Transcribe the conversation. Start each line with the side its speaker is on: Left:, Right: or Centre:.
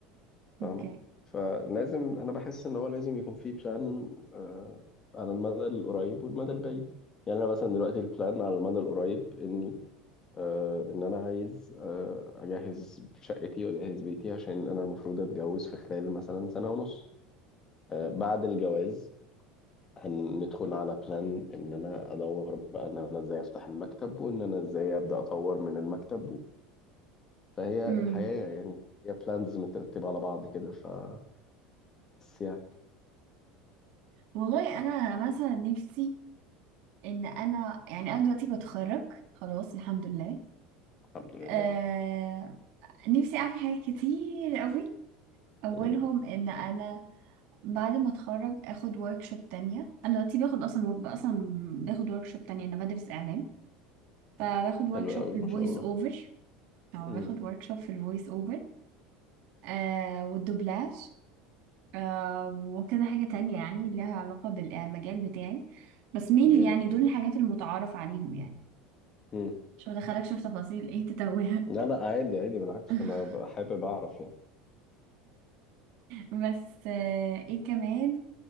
Right: اوكي
Left: فاهمة فلازم انا بحس ان هو لازم يكون في بلان آه على المدى القريب والمدى البعيد يعني انا مثلا دلوقتي البلان على المدى القريب اني آه، ان انا عايز آه، اجهز شقتي واجهز بيتي عشان انا المفروض اتجوز في خلال مثلا سنة ونص آه، بعد الجواز هندخل على بلان ان انا ادور بقى ان انا ازاي افتح المكتب وان انا ازاي ابدا اطور من المكتب و- فهي
Right: امم
Left: الحياة يعني هي بلانز مترتبة على بعض كده فبس يعني
Right: والله انا مثلا نفسي ان انا يعني انا دلوقتي بتخرج خلاص الحمد لله
Left: الحمد لله
Right: آه نفسي اعمل حاجات كتير قوي اولهم
Left: مم.
Right: ان انا بعد ما اتخرج اخد وركشوب تانية انا دلوقتي باخد اصلا اصلا باخد وركشوب تانية انا بدرس اعلام فباخد وركشوب
Left: حلو قوي
Right: في الفويس
Left: ما شاء الله
Right: اوفر او
Left: مم.
Right: باخد وركشوب في الفويس اوفر آه والدوبلاج آه وكذا حاجة تانية يعني لها علاقة بالمجال بتاعي بس مين
Left: جامد
Right: يعني دول
Left: والله
Right: الحاجات المتعارف عليهم يعني
Left: مم.
Right: مش هدخلك شوف تفاصيل ايه تتوه
Left: لا لا عادي عادي بالعكس
Right: <laughs>
Left: انا ببقى حابب اعرف يعني
Right: بس آه، ايه كمان